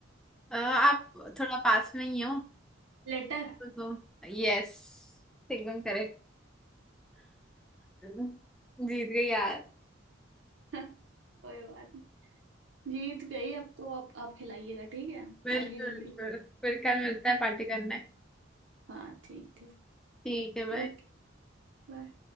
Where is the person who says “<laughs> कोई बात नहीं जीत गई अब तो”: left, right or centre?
Right